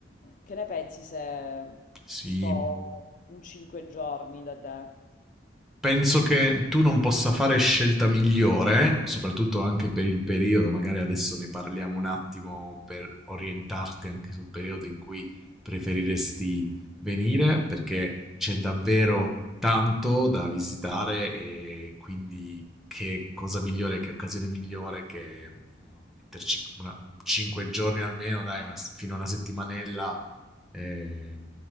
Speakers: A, on the left; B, in the centre.
A: che ne pensi se
B: Sì,
A: sto un cinque giorni da te?
B: penso che tu non possa fare scelta migliore, soprattutto anche per il periodo, magari adesso ne parliamo un attimo per orientarti anche sul periodo in cui preferiresti venire, perché c'è davvero tanto da visitare e quindi che cosa migliore, che occasione migliore che eh, metterci una, un 5 giorni almeno, dai, una- fino a una settimanella eh,